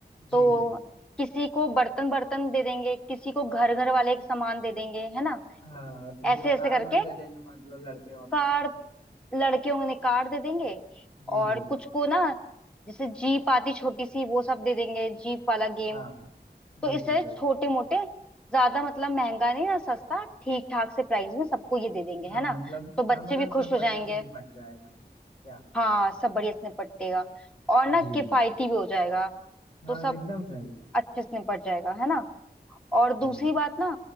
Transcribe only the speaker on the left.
जी
जी
हाँ और किसी
को
कार
वार दे देंगे मान लो लड़के हो
तो
जी
जी
हाँ
बिल्कुल
बिल्कुल
हाँ
मतलब
हाँ मतलब
सब
बढ़िया
से निपट जाएगा क्या
जी
हाँ
एकदम सही
हम्म